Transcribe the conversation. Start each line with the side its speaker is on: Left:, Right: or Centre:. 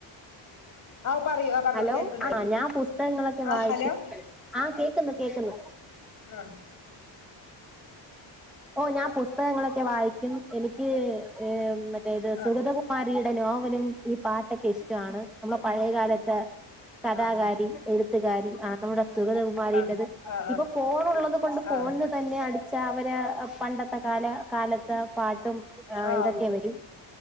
Left: ആ പറയൂ ആ പറഞ്ഞോളൂ
Centre: ഹലോ
Left: കേൾക്കണ്ട്
Centre: ആ ഞാൻ പുസ്തകങ്ങളൊക്കെ
Left: ആ
Centre: വായിക്കും
Left: ഹലോ
Centre: ആ കേക്കുന്നു കേക്കുന്നു
Left: ആ
Centre: ഓ ഞാൻ പുസ്തകങ്ങളൊക്കെ വായിക്കും എനിക്ക് ഏ മ അതായത്
Left: ആ
Centre: സുഗതകുമാരി നോവലും ഈ പാട്ടൊക്കെ ഇഷ്ടമാണ് നമ്മളെ പഴയകാലത്ത് തേ കഥാകാരി
Left: ആ
Centre: എഴുത്തുകാരി ആ നമ്മുടെ സുഗൃതകുമാരീന്റെത്
Left: ആ ആ ആ ആ
Centre: ഇപ്പൊ ഫോണുള്ളത് കൊണ്ട് ഫോണിന്നു
Left: ആ
Centre: തന്നെ അടിച്ച അവര് പണ്ടത്തെ കാല കാലത്ത് പ ട്ടും
Left: ആ ആ
Centre: ഇതൊക്കെ വരും